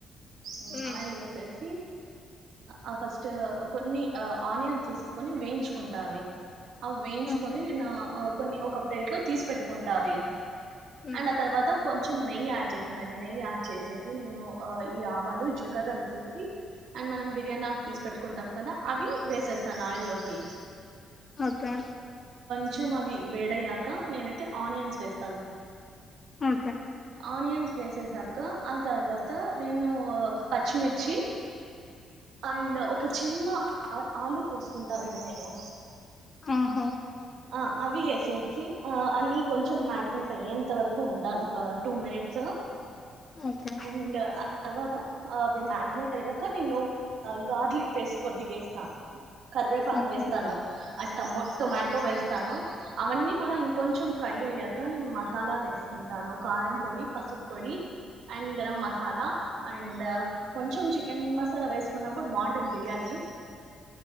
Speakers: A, on the right; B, on the left.
A: మ్
B: ఉమ్
A: ఆయిల్ వేసేసి ఆ ఫస్ట్ కొన్ని ఆ ఆనియన్స్ తీసేసుకొని వేయించుకుంటా అవి అవి వేయించుకొని
B: ఓకే
A: నేను కొన్ని ఒక ప్లేట్ లో తీసి పెట్టుకుంటా అవి
B: ఉమ్
A: అండ్ ఆ తర్వాత కొం కొంచెం నెయ్యి యాడ్ చేస్తానండి నెయ్యి యాడ్ చేసేసి ఆ నేను ఈ ఆవాలు జీలకర్ర వేసేసి అండ్ మనం బిర్యానీ ఆకు తీసి పెట్టుకుంటాం కదా అవి వేసేస్తాను ఆయిల్ల్లోకి
B: ఓకే
A: కొంచెం అవి వేడయ్యాక నేనైతే ఆనియన్స్ వేస్తాను
B: ఓకే
A: ఆనియన్స్ వేసేసామ్ ఉమ్ ఆ తర్వాత నేను పచ్చిమిర్ ఛీ అండ్ ఒక చిన్న ఆ ఆలు కోసుకుంటానండి నేను
B: ఆ హో
A: అ అవి యేసేసి అ అన్నీ కొంచెం మ్యాగ్నేట్ అయ్యేంత వరకు ఉంటాను వకా టూ మినిట్స్
B: ఓకే
A: అండ్ తర్వాత అ అవి మాగ్నెట్ అయ్యాక నేను గార్లిక్ పేస్ట్ కొద్దిగేస్త కర్వేపాక్
B: ఓకే
A: వేస్తాను ఆ టమో టొమా ఇస్తాను అవన్నీ కూడ ఇంకొంచెం ఫ్రై ఫ్రై అయ్యాక నేను మసాలాల్ వేసుకుంటాను కారం పొడి పసుప్ పొడి అండ్ గరం మసాలా అండ్ కొంచెం చికెన్ మస ఎందుకల వేసుకున్నావ్ ఇప్పుడు బావుంటుంది బిరియాని